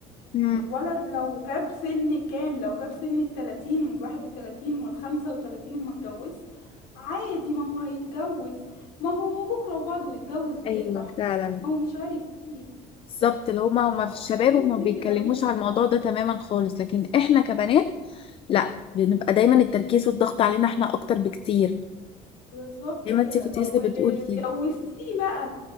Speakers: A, on the left (about 35°); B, on the left (about 75°).
A: امم
B: الولد لو جاب سن كام لو جاب سن التلاتين والواحد وتلاتين والخمسة وتلاتين وما اتجوز عادي ما هو هيتجوز ما هو بكرة وبعده يتجوز ويفرح
A: ايوه فعلا
B: ما هو مش عارف ايه
A: بالظبط اللي هما هما
B: طب
A: في الشباب
B: هو
A: هما ما بيتكلموش
B: كبر اهو
A: على الموضوع ده تماما خالص لكن احنا كبنات لا بنبقى دايما التركيز والضغط علينا احنا اكتر بكتير
B: بالظبط
A: زي
B: كده
A: ما انت كنت
B: طب
A: لسه
B: واللي
A: بتقولي
B: اتجوزتيه
A: كده
B: بقى